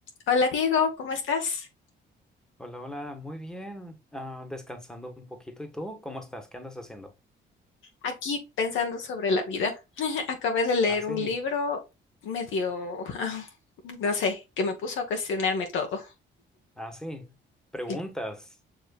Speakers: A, on the left (about 75°); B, in the centre.
A: Hola Diego, ¿cómo estás?
B: Hola, hola, muy bien. Ah, descansando un poquito. ¿Y tú? ¿Cómo estás? ¿Qué andas haciendo?
A: Aquí pensando sobre la vida. <laughs> Acabé de leer
B: Ah, sí,
A: un libro medio, <laughs> no sé, que me puso a cuestionarme todo.
B: ah, sí.
A: Sí,
B: Preguntas.